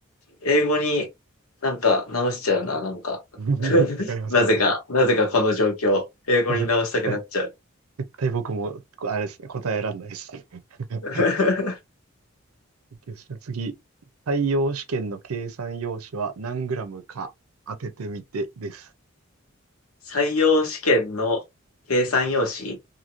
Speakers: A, on the left; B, on the right.
A: 英語になんか直しちゃうな、なんか。
B: <laughs>
A: <laughs>
B: わかります、
A: なぜか、
B: わかります。
A: なぜかこの状況。英語に直したくなっちゃう。
B: これ絶対、絶対僕も、あれですね、答えらんないですね。<laughs>
A: <laughs>
B: OK ですね。次。採用試験の計算用紙は何グラムか当ててみてです。
A: 採用試験の計算用紙